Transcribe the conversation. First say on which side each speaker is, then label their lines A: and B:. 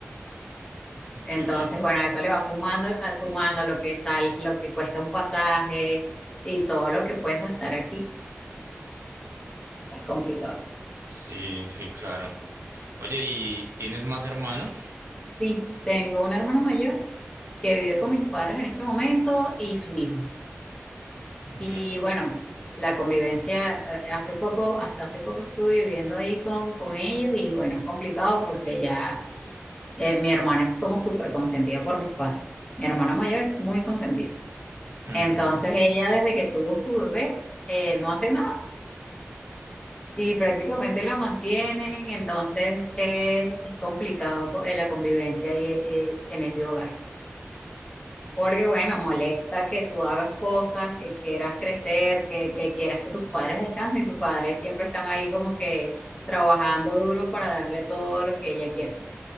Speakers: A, on the right; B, on the left.
A: caro. Ok.
B: Entonces, bueno, eso le va fumando, a- sumando a lo que sal, lo que cuesta un pasaje y todo lo que puedes gastar aquí. Es complicado.
A: Sí, sí, claro. Oye, ¿y tienes más hermanos?
B: Sí, tengo un hermano mayor que vive con mis padres en este momento y su hijo.
A: Ok.
B: Y bueno, la convivencia, eh, hace poco, hasta hace poco estuve viviendo ahí con, con ellos y bueno, es complicado porque ya eh, mi hermana es como súper consentida por mis padres. Mi hermana mayor es muy consentida.
A: Mm,
B: Entonces, ella desde que tuvo su bebé, eh, no hace nada Y prácticamente lo mantienen, entonces es, es complicado co- eh, la convivencia ahí, eh, en ese hogar. Porque bueno, molesta que tú hagas cosas, que quieras crecer, que, que quieras que tus padres descansen y tus padres siempre están ahí como que trabajando duro para darle todo lo que ella quiere.